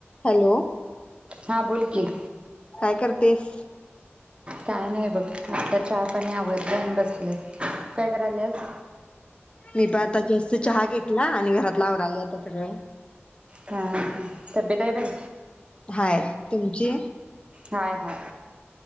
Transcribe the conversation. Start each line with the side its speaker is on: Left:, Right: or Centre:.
Left: Hello
Right: हा बोलकी
Left: काय करतेस?
Right: काय नाही बघ, आता चहा पाणी आवरल अन बसले तु काय कराल्यास?
Left: मी पण आता जस्ट चहा घेतला आणि घरातल आवरालय आता सगळं
Right: हा हा तब्येत आहे बरी
Left: हाय तुमची
Right: हाय हाय